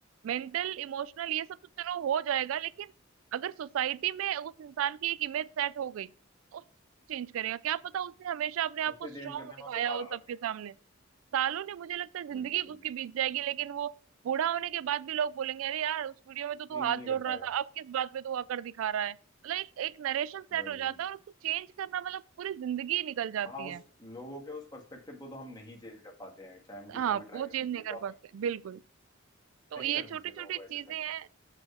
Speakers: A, on the right; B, on the left.
A: मेंटल इमोशनल ये सब तो चलो हो जाएगा लेकिन अगर सोसाइटी में उस इंसान की एक इमेज सेट हो गई तो चेंज करेगा क्या पता उसने हमेशा अपने आप
B: उसे
A: को स्ट्रांग
B: चेंज करने
A: दिखाया
B: में उसे सालों
A: हो
B: लग
A: सबके
B: जाएंगे
A: सामने सालों ने मुझे लगता है जिंदगी
B: बिल्कुल
A: उसकी बीत जाएगी लेकिन वो बूढ़ा होने के बाद भी लोग बोलेंगे अरे यार उस वीडियो में तो तू
B: चेंज
A: हाथ
B: नहीं
A: जोड़
B: कर पाएगा
A: रहा था अब किस बात पे तू अकड़ दिखा रहा है मतलब एक एक नरेशन
B: वही
A: सेट हो जाता है और उसको चेंज करना मतलब पूरी जिंदगी निकल जाती
B: हाँ उस
A: है
B: लोगों के उस पर्सपेक्टिव को तो हम नहीं चेंज कर पाते हैं चाहे हम कितना
A: हाँ
B: भी ट्राई
A: वो
B: कर
A: चेंज
B: लें
A: नहीं
B: ये
A: कर
B: तो आप
A: पाते
B: बिल्कुल सही
A: बिल्कुल तो
B: कह-
A: ये
B: नहीं करनी
A: छोटी
B: चाहिए
A: छोटी
B: लोगों को
A: चीजें
B: ऐसे सच
A: हैं
B: में